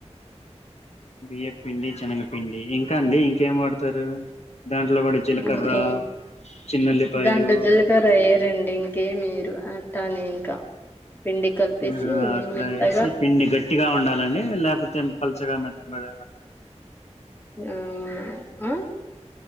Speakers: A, on the left (about 65°); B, on the left (about 15°).
A: బియ్యపిండి శనగ పిండి ఇంకా అండి ఇంకేం వాడతారు దాంట్లో కూడా జీలకర్ర
B: ఇంకే
A: చిన్నుల్లిపాయలు
B: దాంట్లో జీలకర్ర ఎయ్యారండి ఇంకేం ఏయారు దాని ఇంకా పిండి కలిపేసి
A: ఆహ అట్లా
B: మెత్తగా
A: వేసి పిండి గట్టిగా ఉండాలండి లేపోతే పల్చగా మెత్తగా కా
B: ఆ అ